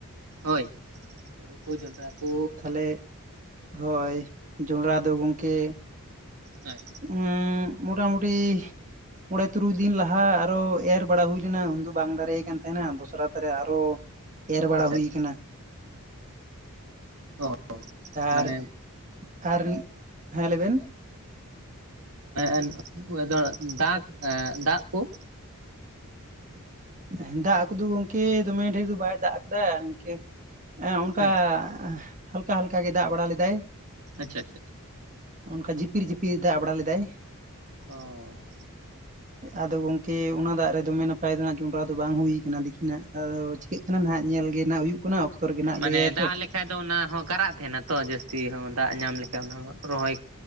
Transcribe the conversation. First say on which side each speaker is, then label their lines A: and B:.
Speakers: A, on the right; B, on the right.
A: ᱦᱳᱭ ᱦᱳᱲᱳ ᱠᱚ ᱡᱚᱱᱰᱨᱟ ᱠᱚᱼᱼ
B: ᱛᱟᱦᱚᱞᱮ ᱦᱚᱭ ᱡᱚᱱᱰᱨᱟ ᱫᱚ ᱜᱚᱢᱠᱮᱼᱼ
A: ᱦᱳᱭ
B: ᱦᱩ ᱢᱳᱴᱟᱢᱩᱴᱤ ᱢᱚᱬᱮ ᱛᱩᱨᱩᱭ ᱫᱤᱱ ᱞᱟᱦᱟ ᱟᱨᱚ ᱮᱨ ᱵᱟᱲᱟ ᱦᱩᱭ ᱞᱮᱱᱟ ᱩᱱ ᱫᱚ ᱵᱟᱝ ᱫᱟᱨᱮᱭ ᱠᱟᱱ ᱛᱟᱦᱮᱱᱟ ᱫᱚᱥᱨᱟ ᱛᱷᱟᱨᱮ ᱟᱨᱚᱼᱼ ᱮᱨ ᱵᱟᱲᱟ
A: ᱟᱪᱪᱷᱟ
B: ᱦᱩᱭ
A: ᱟᱪᱪᱷᱟ
B: ᱠᱟᱱᱟ᱾
A: ᱚ ᱢᱟᱱᱮ
B: ᱟᱨ ᱟᱨ ᱦᱮᱸ ᱞᱟᱹᱭ ᱵᱮᱱ?
A: ᱮᱸ ᱚᱭᱮᱫᱟ ᱫᱟᱜ ᱮ ᱫᱟᱜ ᱠᱚ'
B: ᱮᱸ ᱫᱟᱜ ᱠᱚᱫᱚ ᱜᱚᱢᱠᱮ ᱫᱚᱢᱮ ᱰᱷᱮᱨ ᱫᱚ ᱵᱟᱭ ᱫᱟᱜ ᱠᱟᱫᱟ ᱱᱤᱝᱠᱟᱹ ᱮ ᱚᱱᱠᱟ
A: ᱦᱳᱭ
B: ᱦᱟᱞᱠᱟ ᱦᱟᱞᱠᱟ ᱜᱮ ᱫᱟᱜ ᱵᱟᱲᱟ ᱞᱮᱫᱟᱭ
A: ᱟᱪᱪᱷᱟ ᱟᱪᱪᱷᱟ
B: ᱚᱱᱠᱟ ᱡᱤᱯᱤᱨ ᱡᱤᱯᱤᱨ ᱫᱟᱜ ᱵᱟᱲᱟ ᱞᱮᱫᱟᱭ
A: ᱚᱻ
B: ᱟᱫᱚ ᱜᱚᱝᱠᱮ ᱚᱱᱟ ᱫᱟᱜ ᱨᱮᱫᱚ ᱫᱚᱢᱮ ᱱᱟᱯᱟᱭ ᱫᱚ ᱱᱟᱜ ᱡᱚᱸᱱᱰᱨᱟ ᱫᱚ ᱵᱟᱝ ᱦᱩᱭ ᱠᱟᱱᱟ ᱫᱤᱠᱤᱱᱟᱜ ᱟᱫᱚ ᱪᱤᱠᱟᱹᱜᱼᱼ ᱚᱱᱟ ᱢᱟ ᱱᱟᱦᱟᱜ ᱧᱮᱞ ᱜᱮ ᱱᱟᱜ ᱦᱩᱭᱩᱜ ᱠᱟᱱᱟ᱾ ᱨᱮᱜᱮ ᱱᱟᱜ
A: ᱢᱟᱱᱮ
B: ᱞᱟᱹᱭᱟᱭ
A: ᱫᱟᱜ
B: ᱛᱚ
A: ᱞᱮᱼᱼ ᱵᱟᱠᱷᱟᱡ ᱫᱚ ᱚᱱᱟ ᱦᱚᱸ ᱜᱟᱨᱟᱜ ᱛᱟᱦᱮᱱᱟ ᱛᱚ ᱡᱟᱹᱥᱛᱤ ᱦᱚᱸ ᱫᱟᱜ ᱧᱟᱢ ᱞᱮᱠᱷᱟᱡ ᱚᱱᱟ ᱨᱚᱦᱚᱭ